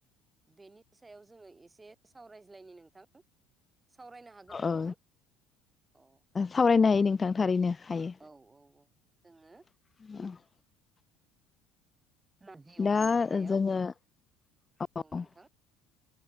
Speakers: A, on the right (about 15°); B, on the left (about 20°).
A: बेनि सायाव जोङो एसे सावरायज्लायनि नोंथां सावरायनो हागोन
B: औ
A: ना नोंथां?
B: औ
A: अ ओं
B: सावरायनो हायो
A: नोंथां
B: थारैनो हायो
A: औ औ औ जोङो
B: <inaudible>
A: नारजि अमानि
B: दा
A: सायाव
B: जोङो
A: औ
B: औ
A: नोंथां